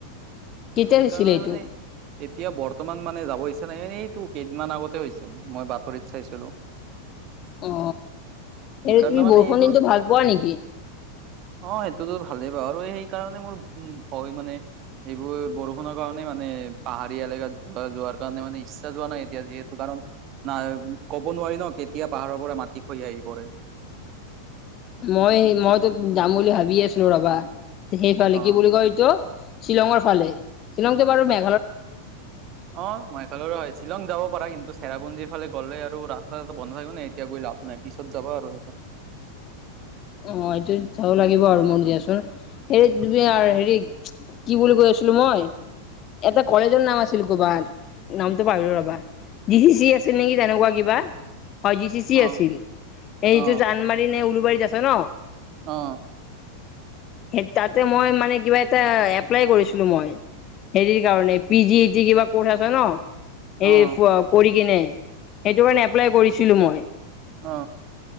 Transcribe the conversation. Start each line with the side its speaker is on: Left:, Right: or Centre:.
Left: কেতিয়া
Right: সেইকাৰণে
Left: দিছিলিলে
Right: মানে
Left: তো
Right: এতিয়া বৰ্তমান মানে যাব ইচছা নাই এনেতো কেইদিনমান আগতে হৈছে মই বাতৰিত চাইছিলো।
Left: অ,
Right: সেইকাৰণে
Left: স তুমি
Right: মানে
Left: বৰষুণ
Right: এইবোৰ
Left: দিনটো ভাল পোৱা নেকি?
Right: অ, সেইটোতো ভালেই পা আৰু সেইকাৰণে মোৰ ভয় মানে এইবোৰ বৰষুণৰ কাৰণে মানে পাহাৰী এলেকাত যোৱা যোৱাৰ কাৰণে মানে ইচ্ছা যোৱা নাই এতিয়া যিহেতু কাৰণ না ক'ব নোৱাৰি ন। তেতিয়া পাহাৰৰ পৰা মাটি খহি আহি পৰে।
Left: মই মইতো যাম বুলি ভাবিয়ে আছিলো ৰবা সেইকাৰণে
Right: অ
Left: কি বুলি কয় এইটো শ্বিলংৰ ফালে শ্বিলংটো বাৰু মে
Right: অ, মইফালে শ্বিলং যাব পাৰা কিন্তু চেৰাপুঞ্জীৰ ফালে গ'লে আৰু ৰা ৰাস্তা চস্তা বন্ধ থাকিব নাই এতিয়া গৈ লাভ নাই পিছত যাবা আৰু সেইফালে
Left: অ, এইটো যাব লাগিব আৰু মোৰ দিয়াচোন। হেৰি তুমি আৰু হেৰি কি বুলি কৈ আছিলো মই এটা কলেজৰ নাম আছিল ক'বাত নামটো পাৰিলো ৰবা জি চি আ নেকি তেনেকুৱা কিবা হয়ি
Right: অ
Left: আছিল এইটো
Right: অ
Left: জানমাৰী নে উলবাৰীত আ ছে ন
Right: অ
Left: স তাতে মই মানে কিবা এটা এপ্লাই কৰিছিলো মই। হেৰিৰ কাৰণে পি জি দি যি কিবা কৰ্চ আছে নেৰি
Right: অ
Left: কৰি কিনে সেইটো কাৰণে এপ্লাই কৰিছিলো মই
Right: অ